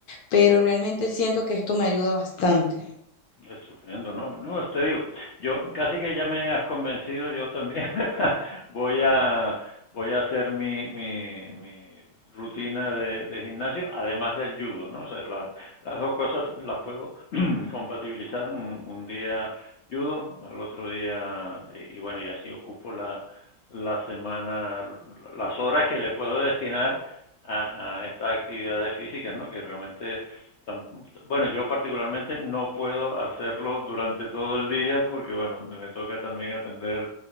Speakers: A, on the left (about 65°); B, on the left (about 85°).
A: pero realmente siento que esto me ayuda bastante.
B: estupendo, no, no, te digo, yo casi que ya me has convencido, yo también <laughs> voy a voy a hacer mi, mi, mi rutina de, de gimnasio, además del judo, ¿no? O sea, la, las dos cosas las puedo <clears throat> <coughs> compatibilizar un, un día judo, al otro día, y, y bueno, y así ocupo la, la semana, las horas que le puedo destinar a, a estas actividades físicas, ¿no? Que realmente, bueno, yo particularmente no puedo hacerlo durante todo el día porque, bueno, me toca también atender